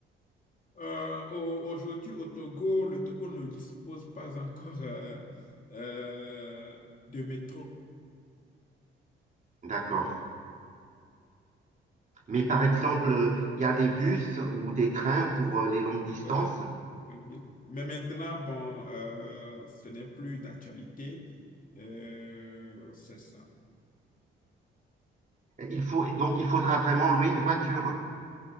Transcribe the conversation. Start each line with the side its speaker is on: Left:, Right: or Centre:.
Left: Euh, au- aujourd'hui, au Togo, le Togo ne dispose pas encore euh, euh, de métro.
Right: D'accord. Mais par exemple, euh, il y a des bus ou des trains pour euh, les longues distances.
Left: euh, Alvin. Mais maintenant, bon, euh, ce n'est plus d'actualité. Euh, c'est ça.
Right: Il faut, donc, il faudra vraiment louer une voiture.